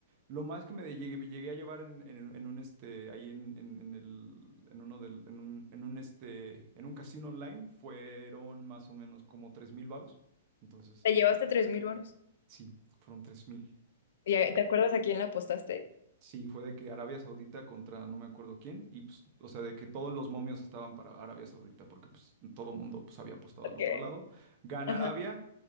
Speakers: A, on the right; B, on the left.
A: Lo más que me de- llegué, llegué a llevar en, en- en un este, ahí en, en- en el, en uno del, en un, en un este, en un casino online fueron más o menos como tres mil varos. Entonces,
B: <laughs> ¿Te llevaste tres mil varos?
A: sí, fueron tres mil,
B: ¿Y a- ¿Te acuerdas a quién la apostaste?
A: Sí, fue de que Arabia Saudita contra no me acuerdo quién, y pues, o sea, de que todos los momios estaban para Arabia Saudita, porque pues todo mundo pues había apostado
B: Ok.
A: al otro lado. Gana
B: Ajá.
A: Arabia,